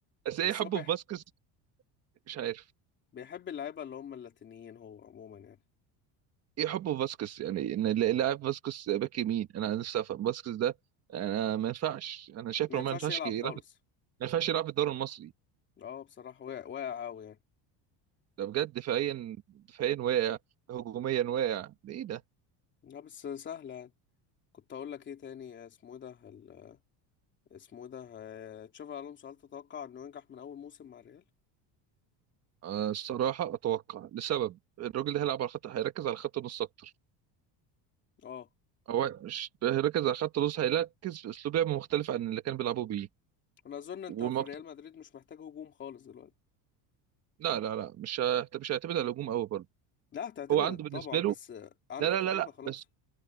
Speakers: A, on the right (about 35°); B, on the left (about 25°).
A: بس ايه
B: بس
A: حبه
B: هو بيح...
A: في فاسكس مش عارف
B: بيحب اللعيبة اللي هم اللاتينيين هو عموما يعني
A: ايه حبه في فاسكس يعني ان اللاعب فاسكس باك يمين انا نفسي افهم فاسكس ده انا ما ينفعش انا شايف
B: ما
A: لو
B: ينفعش
A: ما ينفعش
B: يلعب
A: يلعب
B: خالص
A: ما ينفعش يلعب في الدوري المصري
B: اه بصراحة واقع واقع أوي يعني
A: ده بجد دفاعيا دفاعيا واقع هجوميا واقع ده ايه ده
B: لا بس سهلة يعني كنت اقول لك ايه تاني اسمه إيه ده ال- اسمه إيه ده آه، تشافي الونسو هل تتوقع انه ينجح من اول موسم مع الريال
A: آه، الصراحه اتوقع لسبب الراجل اللي هيلعب على الخط هيركز على خط نص اكتر
B: اه
A: هو مش ركز على خط النص هيركز في اسلوب لعب مختلف عن اللي كان بيلعبوه بيه
B: انا اظن انت
A: وما
B: في ريال
A: بت...
B: مدريد مش محتاج هجوم خالص دلوقتي
A: لا لا لا مش هيعت- مش هيعتمد على الهجوم قوي برضه
B: لا هتعتمد
A: هو عنده بالنسبه
B: طبعا بس
A: له
B: عندك
A: لا لا لا
B: لعيبه
A: لا
B: خلاص
A: بس